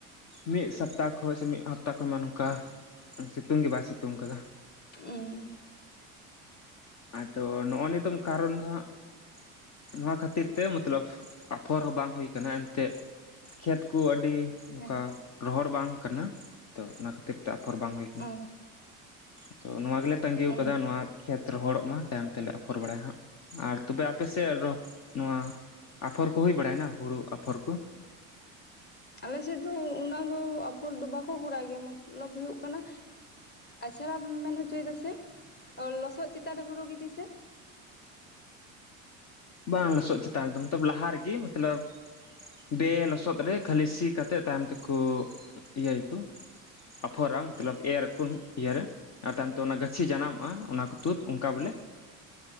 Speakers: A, on the left; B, on the left.
A: ᱢᱤᱫ ᱥᱟᱯᱛᱟᱦ ᱠᱷ ᱦᱳᱭ ᱥᱮ! ᱢᱤᱫ ᱦᱟᱯᱛᱟ ᱠᱷᱚᱱ ᱢᱟ, ᱱᱚᱝᱠᱟ ᱥᱤᱛᱩᱝ ᱜᱮ, ᱵᱟᱭ ᱥᱤᱛᱩᱝ ᱟᱠᱟᱫᱟ ᱾
B: ᱩᱸ
A: ᱟᱭ, ᱛᱚ ᱱᱚᱜ-ᱚᱭ ᱱᱤᱛᱚᱝ ᱠᱟᱨᱚᱱ ᱫᱚ, ᱦᱟᱸᱜ ᱾ ᱱᱚᱣᱟ ᱠᱷᱟᱹᱛᱤᱨ ᱛᱮ, ᱢᱚᱛᱞᱚᱵ ᱟᱯᱷᱚᱨ ᱦᱚᱸ ᱵᱟᱝ ᱦᱩᱭ ᱟᱠᱟᱱᱟ, ᱮᱱᱛᱮᱜ ᱾ ᱠᱷᱮᱛ ᱠᱚ, ᱟᱹᱰᱤ ᱱᱚᱝᱠᱟ
B: ᱦᱮᱸ
A: ᱨᱚᱦᱚᱲ ᱵᱟᱝ ᱠᱟᱱᱟ ᱾ ᱛᱚ ᱚᱱᱟ ᱠᱷᱟᱹᱛᱤᱨ ᱛᱮ ᱟᱯᱷᱚᱨ ᱵᱟᱝ ᱦᱩᱭ ᱠᱟᱱᱟ,
B: ᱚ
A: ᱟᱫᱚ ᱱᱚᱣᱟ ᱜᱮᱞᱮ ᱛᱟᱺᱜᱤ
B: ᱚ
A: ᱣᱟᱠᱟᱫᱟ ᱱᱚᱣᱟ ᱠᱷᱮᱛ ᱚᱛ ᱨᱚᱦᱚᱲᱚᱜ ᱢᱟ, ᱛᱟᱭᱚᱢ ᱛᱮᱞᱮ ᱟᱯᱷᱚᱨ ᱵᱟᱲᱟᱭᱟ ᱦᱟᱸᱜ ᱟᱨ ᱛᱚᱵᱮ ᱟᱯᱮ ᱥᱮᱫ ᱨᱚᱯᱷ ᱱᱚᱣᱟ ᱟᱯᱷᱚᱨ ᱠᱚ ᱦᱩᱭ ᱵᱟᱲᱟᱭᱮᱱᱟ, ᱦᱩᱲᱩ ᱟᱯᱷᱚᱨ ᱠᱩ?
B: ᱟᱞᱮ ᱥᱮᱫ ᱫᱚ ᱚᱱᱟ ᱫᱚ ᱟᱯᱷᱚᱨ ᱫᱚ ᱵᱟᱠᱚ ᱠᱚᱨᱟᱣ ᱜᱮᱭᱟ ᱢᱚᱛᱞᱚᱵ ᱦᱩᱭᱩᱜ ᱠᱟᱱᱟ, ᱟᱪᱷ ᱲᱟᱢ ᱢᱮᱱ ᱦᱚᱪᱚᱭᱮᱫᱟ ᱥᱮ ᱞᱚᱥᱚᱫ ᱪᱮᱛᱟᱱ ᱨᱮ ᱦᱩᱲᱩ ᱜᱤᱰᱤ ᱥᱮ?
A: ᱵᱟᱝ ᱞᱚᱥᱚᱫ ᱪᱮᱛᱟᱱ ᱨᱮᱫᱚ ᱢᱚᱛᱞᱚᱵᱽ ᱞᱟᱦᱟ ᱨᱮᱜᱮ ᱢᱚᱛᱞᱚᱵᱽ ᱵᱮ ᱞᱚᱥᱚᱫ ᱨᱮ ᱠᱷᱟᱹᱞᱤ ᱥᱤ ᱠᱟᱛᱮᱫ ᱛᱟᱭᱚᱢ ᱛᱮᱠᱚ ᱤᱭᱟᱹᱭᱟᱠᱩ, ᱟᱯᱷᱚᱨᱟᱢ ᱢᱚᱛᱞᱚᱵ ᱮᱨ ᱟᱹᱠᱩᱱ ᱤᱭᱟᱹ ᱨᱮ, ᱟᱨ ᱛᱟᱭᱚᱢ ᱛᱮ ᱚᱱᱟ ᱜᱟᱹᱪᱷᱤ ᱡᱟᱱᱟᱢᱚᱜ-ᱟ ᱚᱱᱟ ᱠᱚ ᱛᱩᱫ ᱚᱱᱠᱟ ᱵᱚᱞᱮ,